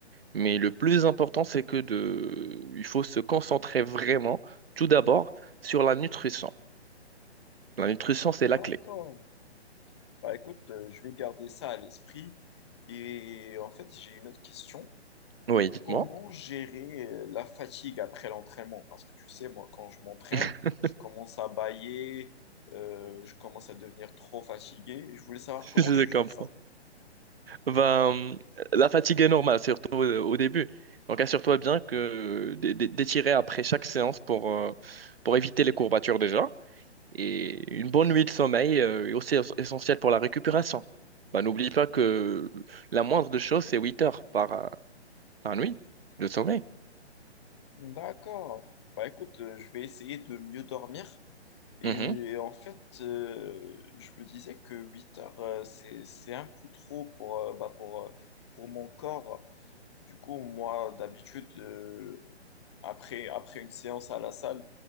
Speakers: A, on the right; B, on the left.
A: Mais le plus important, c'est que de, il faut se concentrer vraiment, tout d'abord, sur la nutrition. La nutrition, c'est la
B: D'accord.
A: clé.
B: Bah écoute, euh, je vais garder ça à l'esprit. Et en fait, j'ai une autre question.
A: Oui, dites-moi.
B: Comment gérer euh, la fatigue après l'entraînement? Parce que tu sais, moi, quand je m'entraîne,
A: <laughs>
B: je commence à bâiller, euh, je commence à devenir trop fatigué. Et je voulais savoir comment
A: Je
B: tu
A: comprends.
B: gères ça.
A: Ben, euh, la fatigue est normale, surtout au, au début. Donc, assure-toi bien que d- d- d'étirer après chaque séance pour, euh, pour éviter les courbatures déjà. Et une bonne nuit de sommeil euh, est aussi es- essentielle pour la récupération. Bah, n'oublie pas que la moindre des choses, c'est 8 heures par, euh, par nuit de sommeil.
B: D'accord. Bah écoute, euh, je vais essayer de mieux dormir. Et
A: Mhm.
B: en fait, euh, je me disais que 8 heures, euh, c'est, c'est un peu trop pour, euh, bah, pour, euh, pour mon corps. Du coup, moi, d'habitude, euh, après, après une séance à la salle,